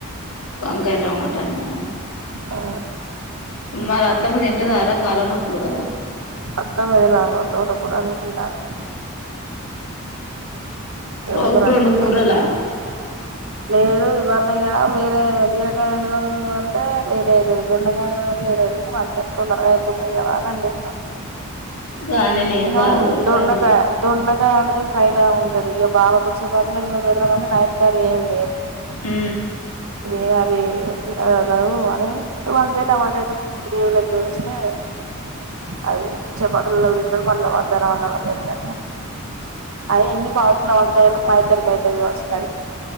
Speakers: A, on the left (about 85°); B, on the right (about 80°).
A: వంకాయ టమాట అండినవ
B: ఆ
A: మరి అత్తమ్మ తింట దారా కాలనొప్పు ప్పులు కదా
B: అత్తమ్మ తిన అగొ తోటకూర అండుకుంటంది తోటకూర
A: రోజుకు
B: అండుకుంటంది
A: రెండు కూరలా
B: లేదు ఇవల్నే ఇగ వేరే బీరకాయ అండుదాము అంటే లేటైతది దొండకాయ అండుదాం అంటే లేటైతడి ఇది వంకాయ తొందరగా అయిపోతది కద అని అండేషినా
A: గాలిని
B: నవు
A: బాగా కొడతాంది
B: దొండకాయ దొండ దొండకాయ ఫ్రైలా ఉంటది ఇగ బావకు వచ్చే వాటి లలో పెడదాం అంటే నైట్ కర్రీ ఏం లేదు
A: ఉ
B: ఏ అది తినగలరు అని వంకాయ టమాటా అయితే కొంచెం గ్రేవీ లెక్క చేస్తే అది చపాతి లల్ల తింటడు మళ్ళ వద్దన మన్నగనీ లేదు గని ఆయేన్ని పావుకిలో వండు కాయలు మా ఇద్దరికీ అయితది కావచ్చు మరి